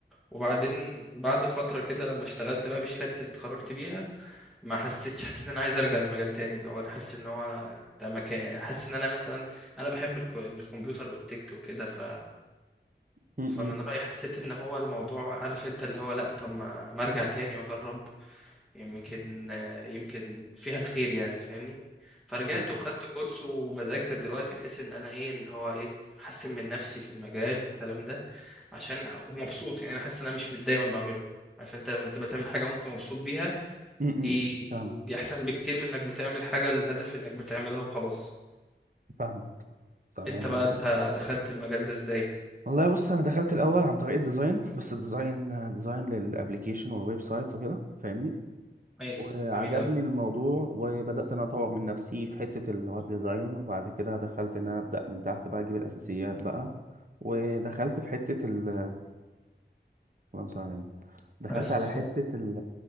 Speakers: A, in the centre; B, on the right (about 45°).
A: وبعدين بعد فتره كده لما اشتغلت بقى بشهادتي اللي اتخرجت بيها ما حسيتش حسيت ان انا عايز ارجع لمجال تاني اللي هو انا حاسس ان هو ده مكان يعني حاسس ان انا مثلا انا بحب الك- الكمبيوتر والتك وكده ف
B: م-
A: فمن
B: م.
A: رأيي حسيت ان هو الموضوع عارف انت اللي هو لا طب ما ما ارجع تاني واجرب يمكن آه، يمكن فيها الخير يعني فاهمني فرجعت
B: فاهمك
A: وخدت كورس وبذاكر دلوقتي بحيث ان انا ايه اللي هو ايه احسن من نفسي في المجال والكلام ده عشان مبسوط يعني انا حاسس ان انا مش متضايق وانا بعمله عارف انت لما تبقى تعمل حاجه وانت مبسوط بيها
B: م- م-
A: دي
B: م. فاهمك
A: دي احسن بكتير من انك بتعمل حاجه الهدف انك بتعملها وخلاص
B: فاهمك. صح
A: انت
B: يعني
A: بقى انت دخلت المجال ده ازاي
B: والله بص انا دخلت الاول عن طريق الديزاين بس الديزاين ديزاين للابليكيشن والويب سايت وكده فاهمني
A: كويس
B: وعجبني
A: جميل قوي
B: الموضوع وبدات ان انا اطور من نفسي في حته اللي هو الديزاين وبعد كده دخلت ان انا ابدا من تحت بقى اجيب الاساسيات بقى ودخلت في حته ال اللهم صل على النبي دخلت
A: عليه الصلاة
B: على
A: والسلام
B: حته ال